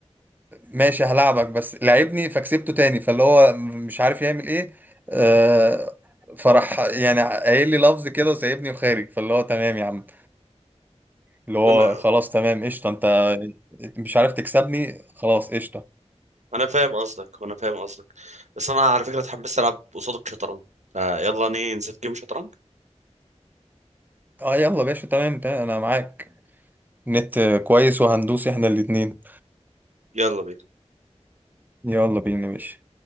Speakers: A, on the right; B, on the right.
A: ماشي هلاعبك بس لعبني فكسبته تاني فاللي هو مش عارف يعمل ايه آه، فراح يعني قايل لي لفظ كده وسايبني وخارج فاللي هو تمام يا عم اللي هو
B: لما-
A: خلاص تمام قشطه انت مش عارف تكسبني خلاص قشطه
B: انا فاهم قصدك وانا فاهم قصدك بس انا على فكره اتحمست العب قصادك شطرنج فيلا ننزل جيم شطرنج
A: اه يلا يا باشا تمام تمام انا معاك نت كويس وهندوس احنا الاتنين
B: يلا بينا
A: يلا بينا يا باشا